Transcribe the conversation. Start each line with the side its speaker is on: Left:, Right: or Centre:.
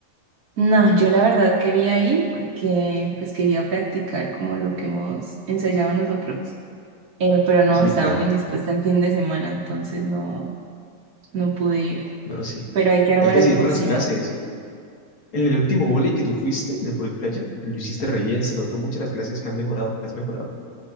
Right: No, yo la verdad quería ir porque pues quería practicar como lo que hemos ensayado nosotros. Eh, pero no,
Left: Sí,
Right: estaba
Left: claro.
Right: muy indispuesta el fin de semana, entonces no, no pude ir.
Left: No, sí.
Right: Pero hay que armar
Left: Hay que
Right: el
Left: seguir
Right: próximo.
Left: con las clases. En el último vóley que tú fuiste, en el vóley playa, lo hiciste re bien. Se notó mucho las clases que han mejorado, que has mejorado.